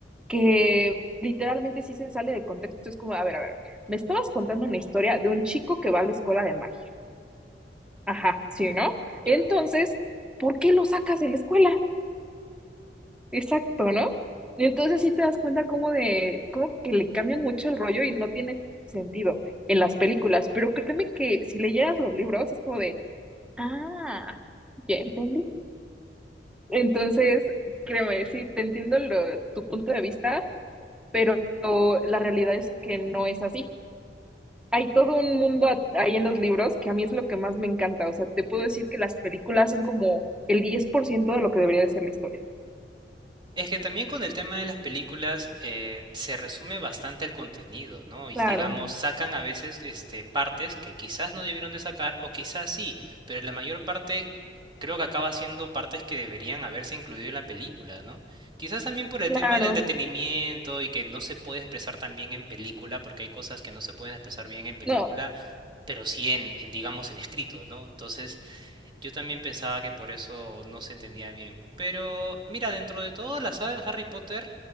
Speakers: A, in the centre; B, on the right.
A: que literalmente sí se sale de contexto. Es como, a ver, a ver, me estabas contando una historia de un chico que va a la escuela de magia. Ajá, sí, ¿no?
B: ujú.
A: Entonces, ¿por qué lo sacas de la escuela? Exacto, ¿no? Y entonces sí te das cuenta como de, como que le cambian mucho el rollo y no tiene sentido en las películas, pero créeme que si leyeras los libros es como de, ah, ya entendí Entonces, créeme, sí, te entiendo lo- tu punto de vista, pero la realidad es que no es así. Hay todo un mundo a- ahí en los libros que a mí es lo que más me encanta. O sea, te puedo decir que las películas son como el 10% de lo que debería de ser la historia.
B: Es que también con el tema de las películas eh, se resume bastante el contenido, ¿no? Y
A: Claro,
B: digamos, sacan a veces este, partes que quizás no debieron de sacar o quizás sí, pero la mayor parte creo que acaba siendo partes que deberían haberse incluido en la película, ¿no? Quizás también por el
A: claro.
B: tema del entretenimiento y que no se puede expresar tan bien en película, porque hay cosas que no se pueden expresar bien en película,
A: No,
B: pero sí en, en digamos, en escrito, ¿no? Entonces... Yo también pensaba que por eso no se entendía bien. Pero mira, dentro de toda la saga de Harry Potter,